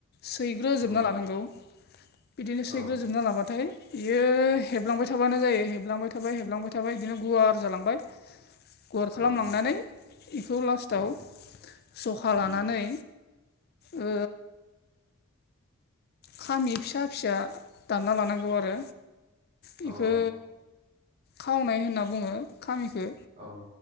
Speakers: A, on the left; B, on the right.
A: सैग्रोजोबना
B: औ
A: लानांगौ। बिदिनो सैग्रोजोबना
B: औ
A: लाबाथाय बियो हेबलांबाय थाबानो जायो हेबलांबाय थाबाय हेबलांबाय <unintelligible> थाबाय बिदिनो गुवार जालांबाय। गुवार खालामलांनानै
B: अ औ
A: बेखौ लास्टाव
B: औ
A: जखा
B: औ
A: लानानै ओ खामि फिसा- फिसा दानना लानांगौ आरो बेखौ
B: औ
A: खावनाय होनना बुङो खामिखौ
B: औ